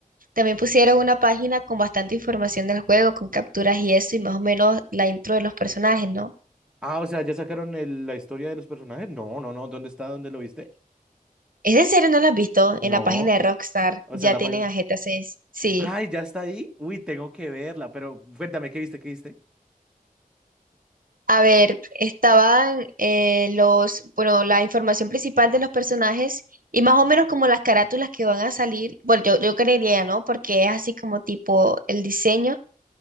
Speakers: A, on the right; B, in the centre.
A: también pusieron una página con bastante información del juego, con capturas y eso, y más o menos la intro de los personajes, ¿no?
B: Ah, o sea, ¿ya sacaron el- la historia de los personajes? No, no, no. ¿Dónde está? ¿Dónde lo viste?
A: ¿Es en serio no la has visto?
B: No.
A: En la página de Rockstar
B: O
A: ya
B: sea, la
A: tienen
B: página.
A: a GTA seis Sí.
B: Ay, ¿ya está ahí? Uy, tengo que verla, pero cuéntame, ¿qué viste? ¿Qué viste?
A: A ver, estaban eh, los, bueno, la información principal de los personajes y más o menos como las carátulas que van a salir. Bueno, yo, yo creería, ¿no? Porque es así como tipo el diseño